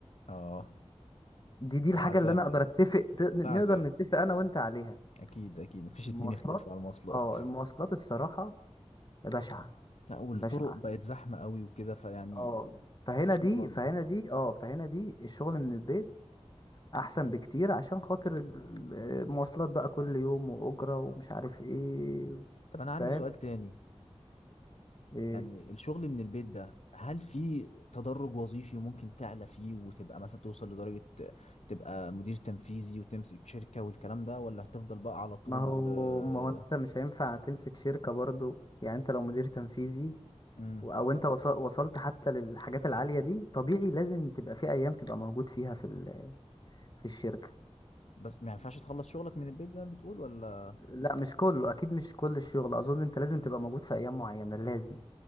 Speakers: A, on the left; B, on the left.
A: آه.
B: دي دي الحاجة
A: ده عذاب
B: اللي أنا أقدر
A: ده
B: أتفق ت- نقدر
A: ده عذاب
B: نتفق أنا وأنت عليها
A: اكيد اكيد مفيش اتنين
B: المواصلات
A: يختلفوا على المواصلات
B: أه المواصلات الصراحة بشعة
A: لا والطرق
B: بشعة
A: بقت زحمة قوي وكده فيعني
B: أه فهنا
A: مفيش
B: دي
A: مقارنة
B: فهنا دي أه فهنا دي الشغل من البيت احسن بكتير عشان خاطر ال- المواصلات بقى كل يوم واجره ومش عارف ايه
A: طب أنا
B: فاهم
A: عندي سؤال تاني
B: ايه
A: يعني الشغل من البيت ده هل في تدرج وظيفي ممكن تعلى فيه وتبقى مثلا توصل لدرجة تبقى مدير تنفيذي وتمسك شركة والكلام ده ولا هتفضل بقى على طول
B: ما هو
A: آه،
B: ما هو انت مش هينفع تمسك شركه برضو يعني انت لو مدير تنفيذي
A: مم.
B: و- او انت وص- وصلت حتى للحاجات العاليه دي طبيعي لازم تبقى في ايام تبقى موجود فيها في ال- في الشركه
A: بس ما ينفعش تخلص شغلك من البيت زي ما بتقول ولا
B: لا مش كله اكيد مش كل الشغل اظن انت لازم تبقى موجود في ايام معينه لازم